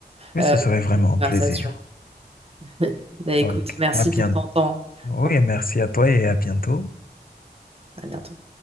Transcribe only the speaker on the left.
Oui,
ce serait
vraiment
un
plaisir.
Ok,
à bientôt.
Oui,
merci à toi et à bientôt.